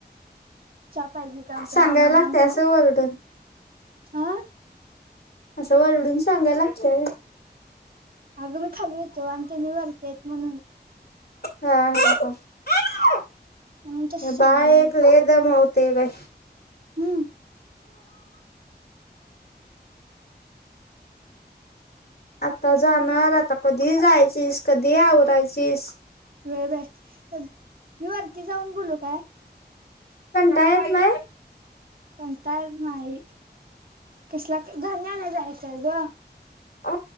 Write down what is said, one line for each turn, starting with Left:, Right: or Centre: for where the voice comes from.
Right: चहा पाहिजे होता. आमच्या
Left: सांगायला
Right: मामाांना
Left: लागते
Right: आमच्या
Left: असं वरडून
Right: आ.
Left: असं वरडून सांगायला लागतंय व्हयं.
Right: अगं मी खाली होतो. त्यांनी वरती आहेत म्हणून.
Left: हा हा हा
Right: म्हणून तसं सांगायला
Left: बाळ
Right: लागलो.
Left: एक लै दमवतय. ते व्हय.
Right: हम्म.
Left: आता जाणार आता कधी जायचीस कधी आवरायचीस.
Right: व्हय बाई मी वरती जाऊन बोलू काय.
Left: कंटाळ येत नाही.
Right: कंटाळ नाही कसला धान्य अनायला जायचं आहे गं.
Left: अ